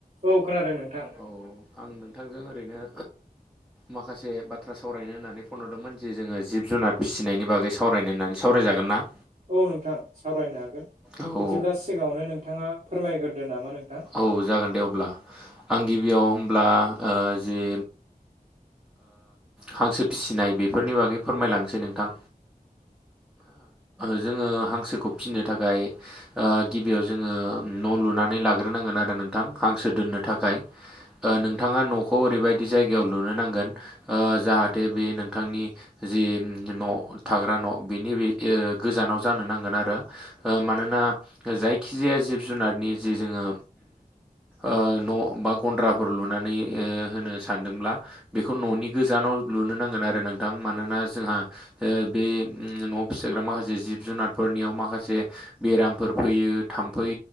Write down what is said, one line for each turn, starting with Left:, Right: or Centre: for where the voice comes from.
Right: औ खोनादों नोंथां
Centre: औ आं नोंथांजों ओरैनो माखासे बाथ्रा सावरायनो होननानै फन हरदोंमोन जे जोङो जिब जुनार फिसिनायनि बागै स सावरायनो होननानै सावरायजागोन ना?
Right: औ नोंथां सावरायनो हागोन
Centre: औ
Right: बिदिब्ला सिगाङावनो नोंथाङा फोरमायग्रोदो नामा नोंथां?
Centre: औ जागोन दे अब्ला आं गिबियाव होमब्ला जि हांसो फिसिनाय बेफोरनि बागै फोरमायलांसै नोंथां। जोङो हांसोखौ फिनो थाखाय गिबियाव जोङो न' लुनानै लाग्रोनांगोन आरो नोंथां हांसो दोननो थाखाय। नोंथाङा न'खौ ओरैबायदि जायगायाव लुनो नांगोन ओ जाहाथे बे नोंथांनि जि न' थाग्रा न' बिनि बे ओ गोजानाव जानो नांगोन आरो ओ मानोना जायखि जाया जिब जुनारनि जि जोङो ओ न' बा गन्द्राफोर लुनानै ओ होनो सानदोंब्ला बेखौ न'नि गोजानाव लुनो नांगोन आरो नोंथां। मानोना जोंहा बे न' फिसोग्रा माखासे जिब जुनारफोरनियाव माखासे बेरामफोर फैयो थाम्फै